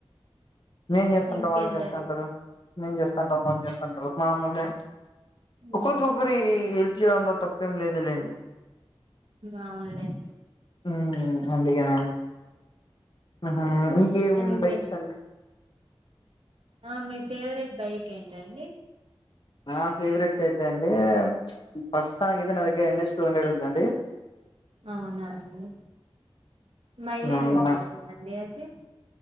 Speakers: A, on the left (about 55°); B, on the right (about 70°).
A: నేన్ చేస్తంత
B: ఇంకేంటండి
A: వాళ్ళు చేస్తాంటారు నేం చేస్తాంట వాళ్ళు చేస్తంటారు మామూలే
B: ఉమ్
A: ఒకరికి ఒకరి హెల్ప్ చేయ తప్పేం లేదులేండి
B: అవునులేండి
A: ఉ అందుకేన ఆహ మీక ఏం
B: ఇంకేం
A: బైక్స్ అంటే
B: అవును మీ ఫేవరెట్ బైక్ ఏంటండి
A: నా ఫేవరెట్ అయితే అండి ప్రస్తుతానికి అయితే నా దగ్గర యన్ ఎస్ టూ హండెడ్ ఉందండి
B: అవునాండి మైలేజ్
A: అవునా
B: ఎంత ఇస్తుందండి అది.